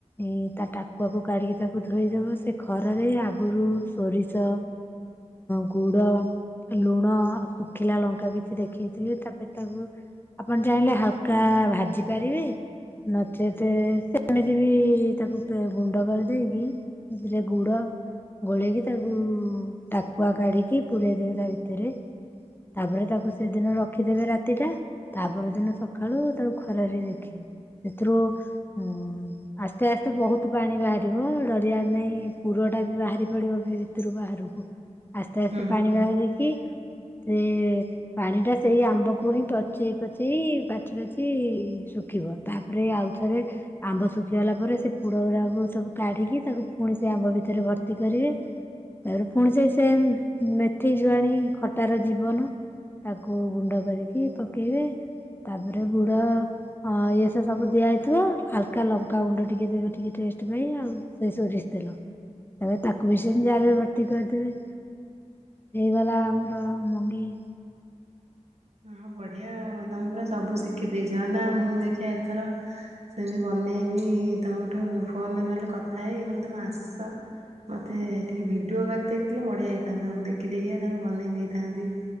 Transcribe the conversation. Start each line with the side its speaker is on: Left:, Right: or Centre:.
Left: ଏଇ ତା ଟାକୁଆକୁ କାଢିକି ତାକୁ ଧୋଇଦବ। ସେ ଖରାରେ ଆଗରୁ ସୋରିଷ ଗୁଡ, ଲୁଣ, ଶୁଖିଲା ଲଙ୍କା କିଛି ଦେଖେଇଥିବେ ତାପରେ ତାକୁ ଆପଣ ଚାହିଁଲେ ହାଲୁକା ଭାଜି ପାରିବେ ନଚେତ୍ ସେ <unintelligible> ତାକୁ ଗୁଣ୍ଡ କରିଦେଇକି ଏଥିରେ ଗୁଡ଼ ଗୋଳେଇକି ତାକୁ ଟାକୁଆ କାଢିକି ପୁରେଇଦେବେ ତା ଭିତରେ ତାପରେ ତାକୁ ସେଦିନ ରଖିଦେବେ ରାତି ରାତିଟା ତା ପରଦିନ ସକାଳୁ ତାକୁ ଖରାରେ ଦେଖେଇବି ସେଥିରୁ ଉଁ ଆସ୍ତେ ଆସ୍ତେ ବହୁତ ପାଣି ବାହାରିବ ଡରିଆର ନାହିଁ ପୁରଟା ବି ବାହାରି ପଡିବ ବି <unintelligible> ଆସ୍ତେ ଆସ୍ତେ
Right: ହୁଁ
Left: ପାଣି ବାହାରିକି ସେ ପାଣିଟା ସେଇ ଆମ୍ବ ତାକୁ ହିଁ ପଚେଇପଚେଇ ପାଚିପାଚି ଶୁଖିବ ତାପରେ ଆଉଥରେ ଆମ୍ବ ଶୁଖିଗଲା ପରେ ସେ ପୁରଗୁଡାକୁ ସବୁ କାଢିକି ତାକୁ ପୁଣି ସେ ଆମ୍ବ ଭିତରେ ଭର୍ତ୍ତି କରିବେ ତାପରେ ପୁଣି ସେ ସେମ୍ ମେଥି, ଜୁଆଣି ଖଟାର ଜୀବନ। ତାକୁ ଗୁଣ୍ଡ କରିକି ପକେଇବେ। ତାପରେ ଗୁଡ ହଁ ଏସବୁ ଦିଆହେଇଥିବ ହାଲୁକା ଲଙ୍କାଗୁଣ୍ଡ ଟିକେ ଦେବେ ଟିକେ ଟେଷ୍ଟ ପାଇଁ ଆଉ ସେ ସୋରିଷତେଲ ତାପରେ ତାକୁ ବି ସେମତି ଜାରରେ ଭର୍ତ୍ତି କରିଦେବି ହେଇଗଲା ଆମର ମଙ୍ଗେଇ।
Right: ହ ବଢିଆ ଆଉ ତମେ ପୁରା ସବୁ ଶିଖିଦେଇଚ ନା ମୁଁ ଦେଖିବା ଏଥର ସେମିତି ବନେଇବି ତମଠୁ ଫୋନରେ ନହେଲେ କଥା ହେଇ ନହେଲେ ତମେ ଆସ ମୋତେ ଟିକେ ଭିଡ଼ିଓ କରିଦେଇଥିଲେ ବଢ଼ିଆ ହେଇଥାନ୍ତା ମୁଁ ଦେଖି ଦେଖି ତାକୁ ବନେଇ ଦେଇଥାନ୍ତି।